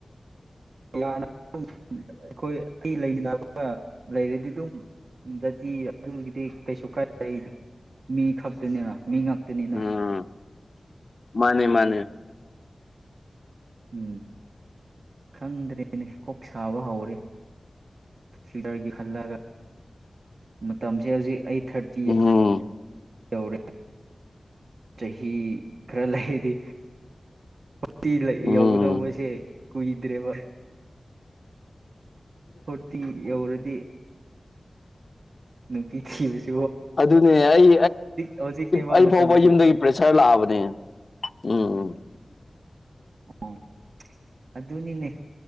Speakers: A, on the right; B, on the left.
A: ꯑꯩꯈꯣꯏ ꯑꯩ ꯂꯩꯃꯤꯟꯅꯕꯒ ꯂꯩꯔꯗꯤ ꯑꯗꯨꯝ ꯖꯥꯇꯤ ꯑꯗꯨꯒꯤꯗꯤ ꯀꯩꯁꯨ ꯀꯥꯏ ꯂꯩ ꯃꯤ ꯈꯛꯇꯅꯤꯅ ꯃꯤ ꯉꯥꯛꯇꯅꯤꯅ
B: ꯎꯝ ꯃꯥꯅꯦ ꯃꯥꯅꯦ
A: ꯎꯝ ꯈꯪꯗ꯭ꯔꯦꯅꯦ ꯀꯣꯛ ꯁꯥꯕ ꯍꯧꯔꯦ ꯐꯤꯜꯇꯔꯒꯤ ꯈꯜꯂꯒ ꯃꯇꯝꯁꯦ ꯍꯧꯖꯤꯛ ꯑꯩ ꯊꯥꯔꯇꯤ
B: ꯎꯝ
A: ꯌꯧꯔꯦ ꯆꯍꯤ ꯈꯔ ꯂꯩꯗꯤ ꯇꯤ
B: ꯎꯝ
A: ꯌꯧꯒꯗꯧꯕꯁꯦ ꯀꯣꯏ ꯏꯗꯔꯦꯕ ꯍꯔꯇ ꯌꯎꯔꯗꯤ <unintelligible>
B: ꯑꯗꯨꯅꯦ ꯑꯩ
A: ꯍꯧꯖꯤꯛꯅꯦꯕ
B: ꯑꯩ
A: ꯃꯇꯝꯁꯤꯗꯤ
B: ꯐꯥꯎꯕ ꯌꯨꯝꯗꯒꯤ ꯄ꯭ꯔꯦꯁꯔ ꯂꯥꯛꯑꯕꯅꯦ ꯎꯝ ꯎꯝ
A: ꯑꯣ ꯑꯗꯨꯅꯤꯅꯦ